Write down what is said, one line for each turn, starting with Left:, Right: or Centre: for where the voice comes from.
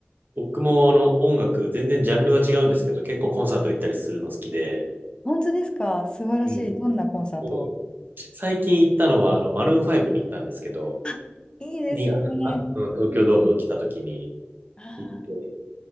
Right: 僕もあの、音楽、全然ジャンルは違うんですけど、結構コンサート行ったりするの好きで、
Left: 本当ですか素晴らしい。
Right: うん。
Left: どんなコンサート
Right: そう最近行ったのは、あの、マルーン5に行ったんですけど、
Left: あ、いいですね。
Right: 2月かな、うん、東京ドーム来た時に、
Left: あ
Right: 行って、